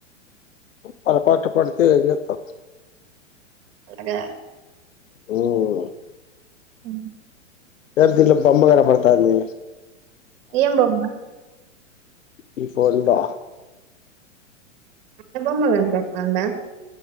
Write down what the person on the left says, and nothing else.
పోరాపాటున పడుతే ఎం చెత్తమ్
హుమ్
ఎ దింట్లో బొమ్మగన పడుతాంది
ని ఫోందా